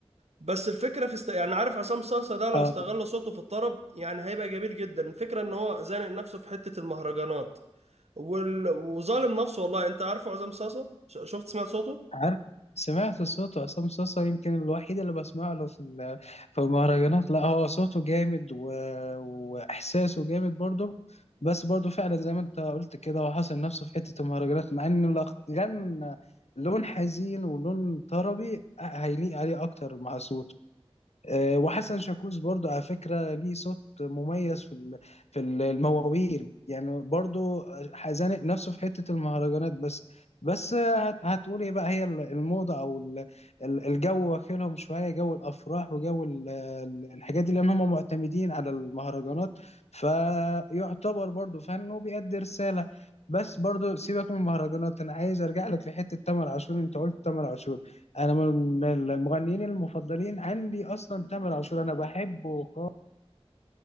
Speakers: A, on the right; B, on the left.
A: بس الفكرة في است... يعني عارف عصام صاصة ده لو
B: اه
A: استغل صوته في الطرب يعني هيبقى جميل جدا الفكرة ان هو زانق نفسه في حتة المهرجانات وال... وظالم نفسه والله انت عارفه عصام صاصا ش- شفت سمعت صوته
B: عارف سمعت صوته عصام صاصا يمكن الوحيد اللي بسمع له في ال- في المهرجانات لا هو صوته جامد و... واحساسه جامد برضه بس برضه فعلا زي ما انت قلت كده هو حاصر نفسه في حته المهرجانات مع ان لو غنى لون حزين ولون طربي آه، هيليق عليه اكتر مع صوته آه، وحسن شاكوش برضو على فكرة ليه صوت مميز في ال- في ال- المواويل يعني برضو زانق نفسه في حتة المهرجانات بس بس آه، هت- هتقول ايه بقى هي ال- الموضة او ال- ال- الجو واكلهم شوية جو الافراح وجو ال- ال- الحاجات دي لان هم معتمدين على المهرجانات فيعتبر برضو فن وبيأدي رسالة بس برضو سيبك من المهرجانات انا عايز ارجع لك لحتة تامر عاشور انت قلت تامر عاشور انا من المغنيين المفضلين عندي اصلا تامر عاشور انا بحبه خالص،